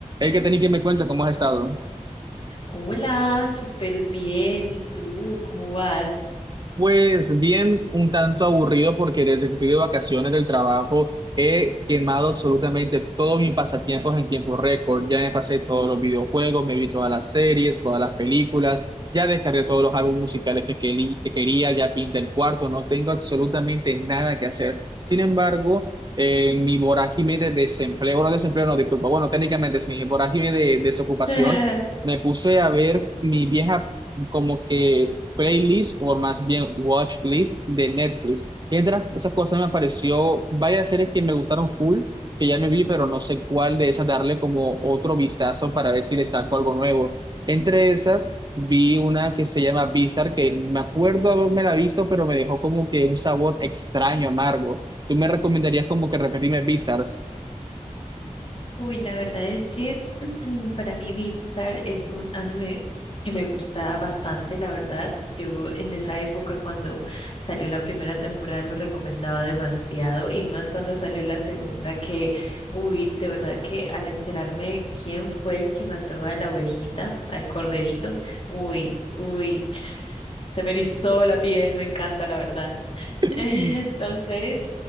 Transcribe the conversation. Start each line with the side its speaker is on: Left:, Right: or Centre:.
Right: Es que tenéis que me cuenta cómo has estado.
Left: Hola, súper bien. ¿Y tú? ¿Cómo vas?
Right: Pues bien, un tanto aburrido porque desde que estoy de vacaciones del trabajo he quemado absolutamente todos mis pasatiempos en tiempo récord. Ya me pasé todos los videojuegos, me vi todas las series, todas las películas, ya descargué todos los álbumes musicales que, queli- que quería, ya pinté el cuarto, no tengo absolutamente nada que hacer. Sin embargo, eh, mi vorágine de desempleo, no desempleo, no, disculpa, bueno, técnicamente sí, mi vorágine de desocupación,
Left: <laughs>
Right: me puse a ver mi vieja como que playlist o más bien watch list de Netflix. Y entre las- esas cosas me apareció varias series que me gustaron full, que ya me vi, pero no sé cuál de esas darle como otro vistazo para ver si le saco algo nuevo. Entre esas vi una que se llama Vistar, que me acuerdo haberme la visto, pero me dejó como que un sabor extraño, amargo. ¿Tú me recomendarías como que repetirme Vistars?
Left: Uy, la verdad es que <clears throat> para mí Beatstar es un anime que me gusta bastante, la verdad. Yo en esa época cuando salió la primera temporada lo recomendaba demasiado y más cuando salió la segunda que, uy, de verdad que al enterarme quién fue el que mató a la ovejita, al corderito, uy, uy, <sniffs> se me erizó la piel, me encanta, la verdad. <laughs>
Right: <laughs>
Left: Entonces,